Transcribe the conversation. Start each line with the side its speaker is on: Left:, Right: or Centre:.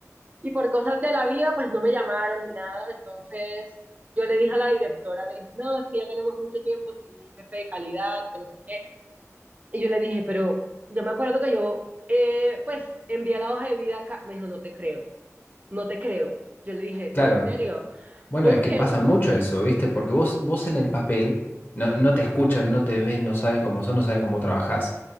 Right: y por cosas de la vida, pues no me llamaron ni nada. Entonces yo le dije a la directora, me dijo, no, es que ya tenemos mucho tiempo sin un jefe de calidad, que no sé qué. Y yo le dije, pero yo me acuerdo que yo, eh, pues, envié la hoja de vida acá. Me dijo, no te creo, no te creo. Yo le dije,
Left: Claro,
Right: sí, en serio.
Left: Bueno,
Right: Busquen,
Left: es que pasa mucho eso, ¿viste? Porque vos, vos en el papel no, no te escuchan, no te ven, no saben cómo son, no saben cómo trabajás.